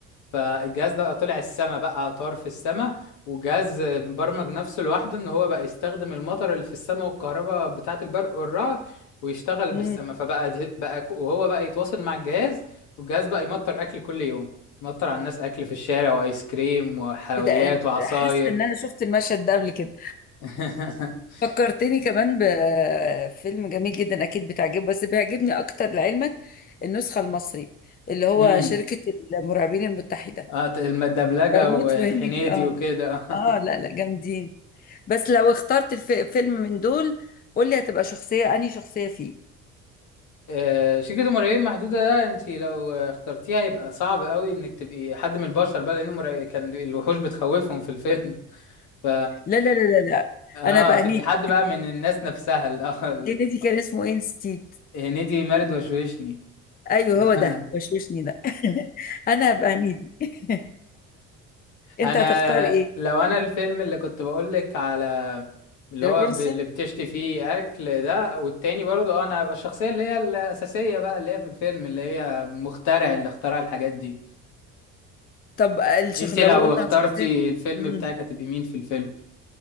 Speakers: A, on the left (about 70°); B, on the left (about 30°).
A: فالجهاز ده طلع السما بقى طار في السما وجهاز مبرمج نفسه لوحده ان هو بقى يستخدم المطر اللي في السما والكهرباء بتاعة البرق والرعد ويشتغل بالسما
B: امم
A: فبقى ده- بقى ك- وهو بقى يتواصل مع الجهاز والجهاز بقى يمطر اكل كل يوم يمطر على الناس اكل في الشارع وايس كريم وحلويات
B: ده
A: وعصاير
B: حاسه ان انا شفت المشهد ده قبل كده
A: <laughs>
B: فكرتني كمان بفيلم جميل جدا اكيد بتعجبه بس بيعجبني اكتر لعلمك النسخه المصري اللي هو
A: امم
B: شركه المرعبين المتحده
A: آه، الدبلجة
B: بموت
A: وحنيدي
B: في هنيدي اه
A: وكده <laughs>
B: اه لا لا جامدين بس لو اخترت الف- فيلم من دول قول لي هتبقى شخصيه انهي شخصيه فيه
A: آه، شركة المرعبين محدودة ده انت لو آه، اخترتيها يبقى صعب قوي انك تبقي حد من البشر بقى لان المرع... كان الوحوش بتخوفهم في الفيلم <laughs> ف
B: لا لا لا لا لا
A: اه
B: انا بقى
A: تبقي
B: هنيدي
A: حد بقى من الناس نفسها ال- <laughs> آه، ال-
B: هنيدي كان اسمه ايه نسيت
A: هنيدي مارد وشوشني
B: ايوه
A: <laughs>
B: هو ده وشوشني ده <laughs> انا هبقى هنيدي <laughs> انت
A: انا
B: هتختار ايه
A: لو انا الفيلم اللي كنت بقولك على اللي
B: رابنزل
A: هو ب- اللي بتشتي فيه اكل ده والتاني برضه اه انا هبقى الشخصية اللي هي الأساسية بقى اللي هي في الفيلم اللي هي المخترع اللي اخترع الحاجات دي
B: طب الشخ
A: انت
B: لو
A: لو
B: قلنا
A: اخترتي
B: على شخصيات
A: الفيلم
B: مم.
A: بتاعك هتبقي مين في الفيلم